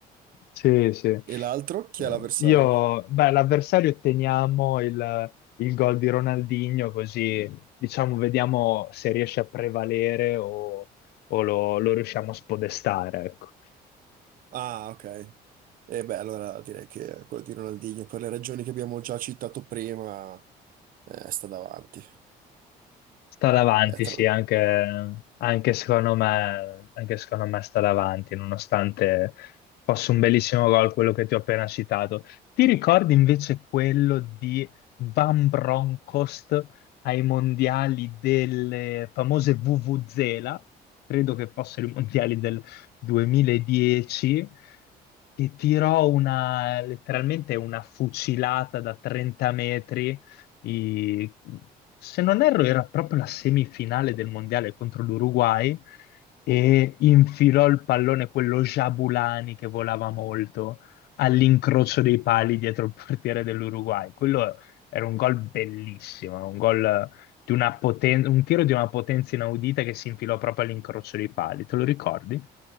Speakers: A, on the left; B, on the right.
A: Sì, sì.
B: E l'altro, chi
A: No,
B: è l'avversario?
A: Io, beh, l'avversario otteniamo il, il gol di Ronaldinho, così diciamo vediamo se riesce a prevalere o, o lo, lo riusciamo a spodestare, ecco.
B: Ah, ok. E beh, allora direi che quello di Ronaldinho, per le ragioni che abbiamo già citato prima, eh, sta davanti.
A: Sta davanti,
B: Eh, tra-
A: sì, anche, anche secondo me, anche secondo me sta davanti, nonostante fosse un bellissimo gol quello che ti ho appena citato. Ti ricordi invece quello di Van Bronckhorst ai mondiali delle famose Vuvuzela? Credo che fossero i mondiali del 2010, che tirò una, letteralmente una fucilata da 30 metri i- se non erro, era proprio la semifinale del mondiale contro l'Uruguay e infilò il pallone, quello Jabulani che volava molto, all'incrocio dei pali dietro il portiere dell'Uruguay. Quello era un gol bellissimo, un gol di una poten- un tiro di una potenza inaudita che si infilò proprio all'incrocio dei pali. Te lo ricordi?